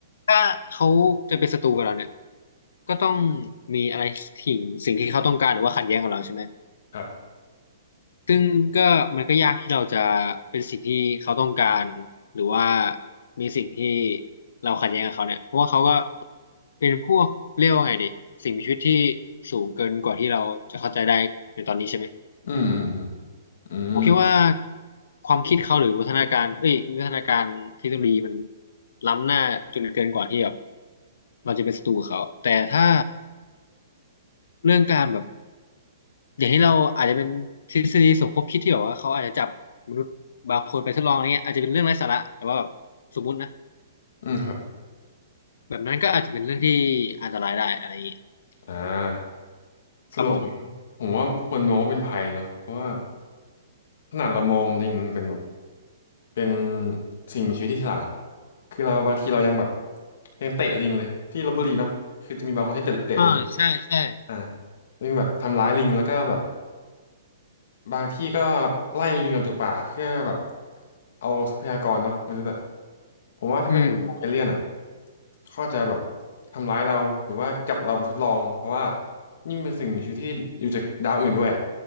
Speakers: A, on the left; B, on the left.
A: ถ้าเขาจะเป็นศัตรูกับเราเนี่ยก็ต้องมีอะไรสิ่งสิ่งที่เขาต้องการหรือว่าขัดแย้งกับเราใช่ไหม
B: ครับ
A: ซึ่งก็มันก็ยากที่เราจะเป็นสิ่งที่เขาต้องการหรือว่ามีสิ่งที่เราขัดแย้งกับเขาเนี่ยเพราะว่าเขาก็เป็นพวกเรียกว่าไงดีสิ่งมีชีวิตที่สูงเกินกว่าที่เราจะเข้าใจได้ในตอนนี้ใช่ไหม
B: อืมอืมอืมอืม
A: ผมคิดว่าความคิดเขาหรือวัฒนาการเอ้ยวิวัฒนาการเทคโนโลยีมันล้ำหน้าจนเกินกว่าที่แบบเราจะเป็นศัตรูกับเขาแต่ถ้าเรื่องการแบบ อย่างที่เราอาจจะเป็นทฤษฎีสมคบคิดที่แบบว่าเขาอาจจะจับมนุษย์บางคนไปทดลองอะไรเงี้ยอาจจะเป็นเรื่องไร้สาระแต่ว่าแบบสมมุตินะ
B: อืมครับ
A: แบบนั้นก็อาจจะเป็นเรื่องที่อันตรายได้อะไรอย่างงี้
B: อ่าสำหรับผมผมว่าควรมองว่าเป็นภัยเนาะเพราะว่า
A: ครับผม
B: ขนาดเรามองลิงเป็นแบบเป็นสิ่งมีชีวิตที่ฉลาดอะคือเราบางทีเรายังแบบยังเตะลิงเลยที่ลพบุรีเนาะคือจะมีบางคนที่เตะเตะลิง
A: อ่าใช่ใช่
B: อ่ายังแบบทำร้ายลิงแล้วก็แบบ บางที่ก็ไล่ลิงออกจากป่าเพื่อแบบเอาทรัพยากรเนาะมนุษย์อะผมว่าถ้าเป็นพวกเอเลี่ยนอะ
A: อืม
B: เขาอาจจะแบบทำร้ายเราหรือว่าจับเราไปทดลองเพราะว่ายิ่งเป็นสิ่งมีชีวิตที่อยู่จากดาวอื่นด้วยอะ